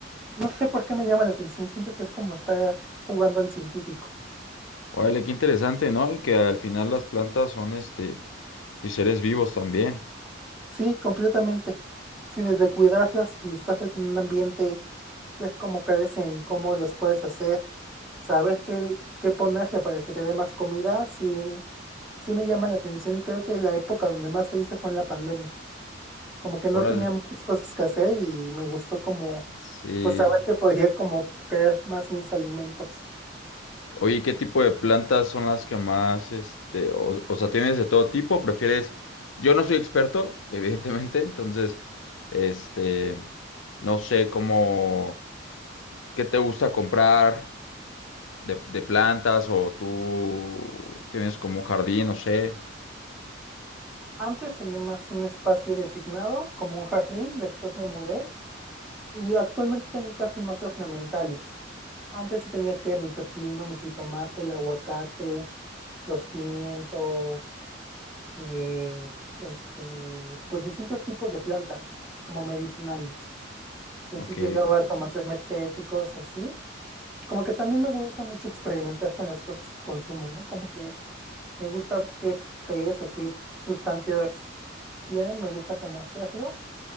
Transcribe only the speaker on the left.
órale, qué interesante, ¿no? Y que al final las plantas son, este, pues seres vivos también.
Órale.
Sí.
Oye, ¿qué tipo de plantas son las que más, este, o, o sea, tienes de todo tipo? ¿Prefieres? Yo no soy experto, <laughs> evidentemente, entonces, este, no sé cómo, qué te gusta comprar de, de plantas o tú tienes como un jardín, no sé,
ok.